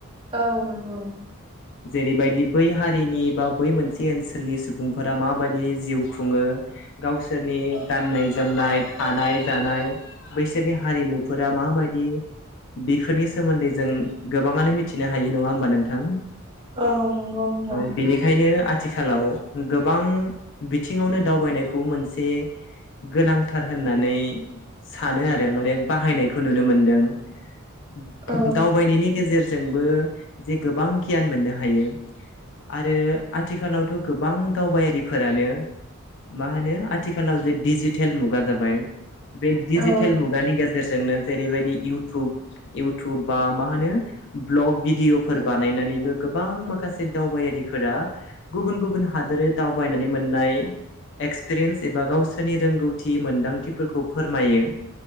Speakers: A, on the right; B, on the left.
A: औ नंगौ ।
B: जेरैबायदि बै हारिनि बा बै मोनसे ओनसोलनि सुबुंफोरा माबायदि जिउ खुङो गावसि सोरनि गाननाय जोमनाय थानाय जानाय बैसोरनि हारिमुफोरा माबायदि बिफोरनि सोमोन्दै जों गोबाङानो मिथिनो हायो नङा होमबा नों थां
A: औ नंगौ नोंथां
B: औ बेनिखायनो आथि खालाव गोबां बिथिङावनो दावबायनायखौ मोनसे गोनांथार होननानै सानो आरो माने बाहायनायखौ नुनो मोनदों ।
A: औ
B: दावबायनायनि गेजेर जोंबो जे गोबां गियान मोननो हायो । आरो आथिखालावथ' गोबां दावबायारिफोरानो मा होनो आ थिखालाव जे डिजिटेल मुगा जाबाय बे डिजिटेल
A: औ
B: मुगानि गेजेरजोंनो जेरैबायदि इटुब इटुब बा मा होनो भ्लग भिडिअफोर बानायनानैबो गोबां माखासे दावबायारिफोरा गुबुन गुबुन हादोरै दावबायनानै मोननाय एक्सपिरियेन्स एबा गावसोरनि रोंगौथि मोन्दांथिफोरखौ फोरमायो